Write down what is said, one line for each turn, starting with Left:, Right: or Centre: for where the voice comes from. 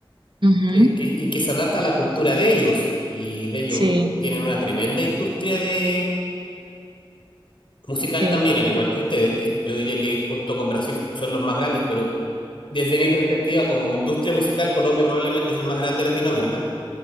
Right: Ujú.
Left: eh, que, y que se adapta a la cultura de ellos. Y de ellos
Right: Sí,
Left: tienen una tremenda industria de musical
Right: sí.
Left: también, al igual que ustedes, que yo diría que junto con Brasil son los más grandes, pero desde mi perspectiva como industria musical, Colombia probablemente es el más grande de Latinoamérica.